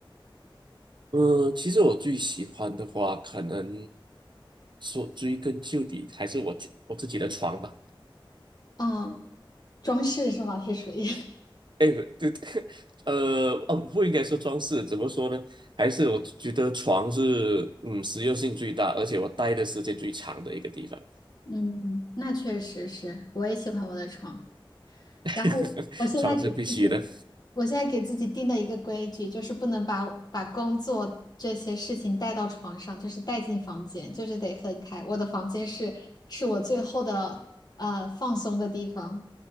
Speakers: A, on the right; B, on the left.
A: 呃，其实我最喜欢的话，可能说追根究底还是我我自己的床吧。
B: 嗯，装饰是吗？是属于，
A: 哎，不对，<laughs> 呃，哦，不应该说装饰，怎么说呢？还是我觉得床是，嗯，实用性最大，而且我待的时间最长的一个地方，
B: <laughs> 嗯，那确实是，我也喜欢我的床。
A: <laughs>
B: 然后我现在给自己，
A: 床是必须的，
B: 我现在给自己定的一个规矩就是不能把把工作这些事情带到床上，就是带进房间，就是得分开。我的房间是是我最后的呃放松的地方，